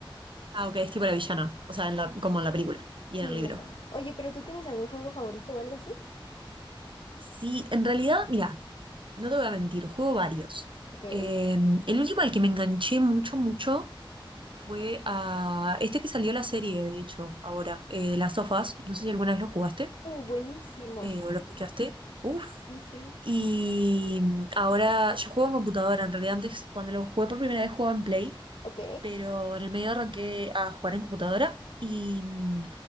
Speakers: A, on the right; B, on the left.
A: Ah, ok, es tipo la villana, o sea, en la- como en la película y
B: Sí,
A: en el
B: no,
A: libro.
B: no. Oye, pero ¿tú tienes algún juego favorito o algo así?
A: Sí, en realidad, mira, no te voy a mentir, juego varios.
B: Ok.
A: Eh, el último al que me enganché mucho, mucho fue a este que salió la serie, de hecho, ahora, eh, Las sofás. No sé si alguna vez lo jugaste
B: Uh, buenísimos,
A: eh, o lo
B: Sí,
A: escuchaste. Uf.
B: sí, sí.
A: Y mm, ahora yo juego en computadora, en realidad antes, cuando lo jugué por primera vez, jugaba en Play.
B: Ok,
A: pero en el medio arranqué a jugar en computadora y mm,